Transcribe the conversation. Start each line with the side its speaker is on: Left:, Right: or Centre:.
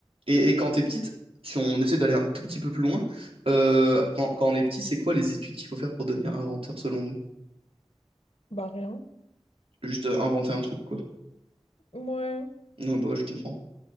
Right: Et, et quand t'es petite, si on essaie d'aller un tout petit peu plus loin, euh, quand, quand on est petit, c'est quoi les études qu'il faut faire pour devenir inventeur selon nous?
Left: bah rien.
Right: Juste euh, inventer un truc, quoi.
Left: Ouais.
Right: Non, bah ouais, je comprends.